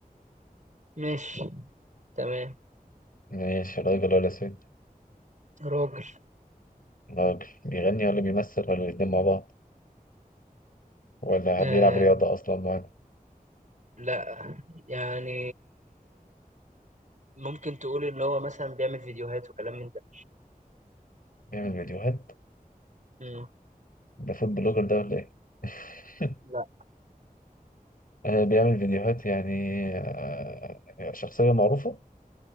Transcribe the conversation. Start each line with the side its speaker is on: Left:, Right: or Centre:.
Right: ماشي تمام
Left: ماشي راجل ولا ست
Right: راجل
Left: راجل بيغني ولا بيمثل ولا الاتنين مع بعض ولا
Right: آه
Left: بيلعب رياضة أصلا معانا
Right: لا يعني ممكن تقول ان هو مثلا بيعمل فيديوهات وكلام من ده
Left: بيعمل فيديوهات
Right: امم
Left: ده فود بلوجر ده ولا إيه؟ <laughs>
Right: لا
Left: آه، بيعمل فيديوهات يعني آه، شخصية معروفة